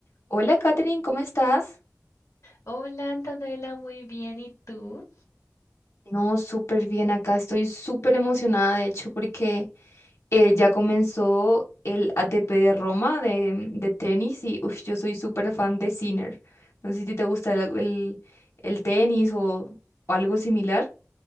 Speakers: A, on the left; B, on the left.
A: Hola, Katherine, ¿cómo estás?
B: Hola Antonella, muy bien. ¿Y tú?
A: No, súper bien acá. Estoy súper emocionada, de hecho, porque eh, ya comenzó el ATP de Roma de, de tenis y ush, yo soy súper fan de Sinner. No sé si te gusta el, el- el tenis o, o algo similar.